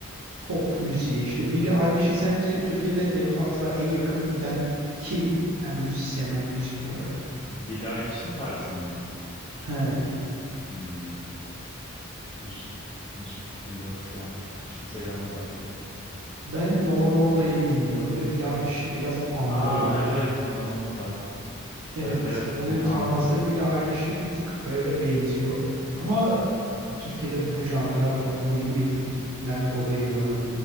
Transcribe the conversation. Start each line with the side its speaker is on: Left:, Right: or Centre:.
Right: pop müziği işte Billie Eilish'e sence Türkiye'de en fazla en yakın giden kim? Hem müzisyen hem müzik olarak.
Left: Billie Eilish'in tarzına mı?
Right: He.
Left: Hmm. Hiç, hiçbir fikrim yok şu an. Hiç kimse gelmedi aklıma.
Right: Ben Nova Norda'yı dinliyorum ve Billie Eilish'i biraz andırıyor.
Left: Aa evet Nova orada.
Right: Evet,
Left: Evet evet
Right: onun
Left: ben andırıyor.
Right: tarzı Billie Eilish'e bir tık böyle benziyor. Ama e, Türkiye'de bu janra fazla bilinmediğinden dolayı mı,